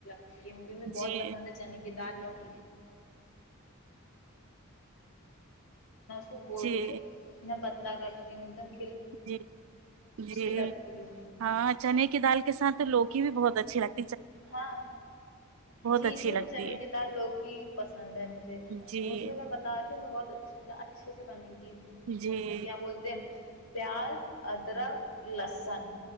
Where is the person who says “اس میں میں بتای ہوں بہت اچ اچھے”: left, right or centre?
Left